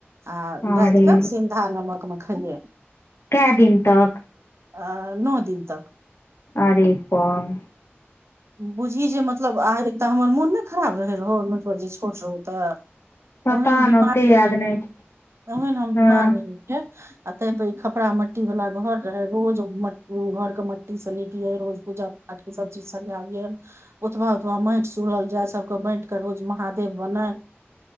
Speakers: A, on the right (about 80°); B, on the left (about 70°).
A: आ
B: अरे
A: रात कऽ सिन्धा नमकमे खइिय
B: कए दिन तक
A: अ नओ दिन तक
B: अरे बाप
A: बुझी जे मतलब आह एक हमर मोन नहि खराब रहै रहौ नटवर जे छोट रहौ तऽ
B: पता
A: ओहन
B: ने
A: बीमार
B: ओते याद
A: रहै
B: नहि छै
A: तबे ने हम बीमार
B: हँ
A: रह अ ते खपड़ा मट्टी वालला घर रहे रोज घर के मट्टी से निपिये रोज पूजा पाठ के सब चीज ब उतबा उतबा माटि सुढ़ल जाय सब के बाँट के रोज महादेव बनय